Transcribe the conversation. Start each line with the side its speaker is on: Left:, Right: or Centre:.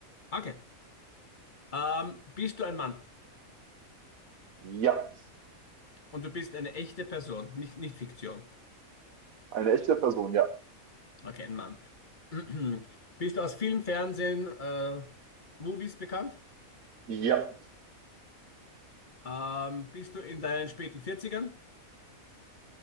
Left: Okay. Ähm, bist du ein Mann
Right: Ja,
Left: und du bist eine echte Person, nicht, nicht Fiktion.
Right: eine echte Person, ja.
Left: Okay, ein Mann. <clears throat> Bist du aus Film, Fernsehen, äh, Movies bekannt?
Right: Ja.
Left: Ähm, bist du in deinen späten Vierzigern,